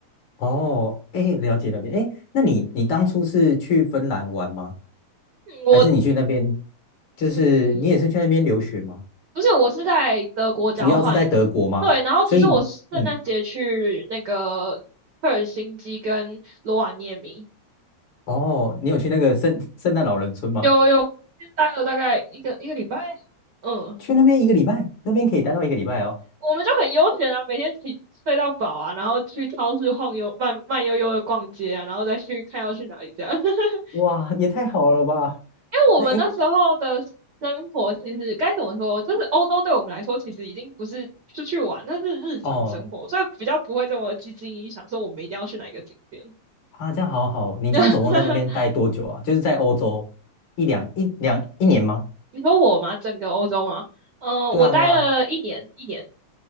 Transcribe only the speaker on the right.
嗯我
嗯，不是，我是在德国交换，
对，然后只是我圣诞节去那个赫尔辛基跟罗瓦涅米。
有有，先待了大概一个一个礼拜，嗯，
我们就很悠闲啊，每天起睡到饱啊，然后去超市晃悠，慢慢悠悠的逛街啊，然后再去看要去哪里这样。<laughs>
因为我们那时候的生活其实该怎么说，
就是欧洲对我们来说其实已经不是出去玩，那是日常生活，
所以比较不会这么积极影响，说我们一定要去哪一个景点。
<laughs>
你说我吗？整个欧洲吗？呃，
我待了一年，
一年。